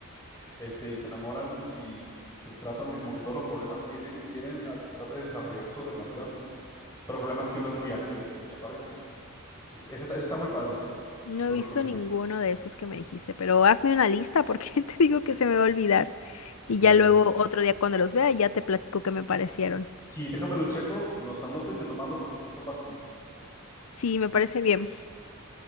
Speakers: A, on the left (about 15°); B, on the left (about 70°).
A: este, y se enamoran y t- tratan de como que todos los problemas tienen, que tienen al tratar de desarrollar su relación, pero el problema es que uno es muy alto y otro es muy chaparrito. Entonces, ese, ta- ese está muy padre,
B: no
A: te lo
B: he visto
A: recomiendo.
B: ninguno de esos que me dijiste, pero hazme una lista porque <laughs> te digo que se me va a olvidar. Y
A: Ya,
B: ya
A: ya.
B: luego otro día cuando los vea ya te platico qué me parecieron.
A: Sí, déjame lo checo, los anoto y te lo mando porque sí son bastantes.
B: Sí, me parece bien.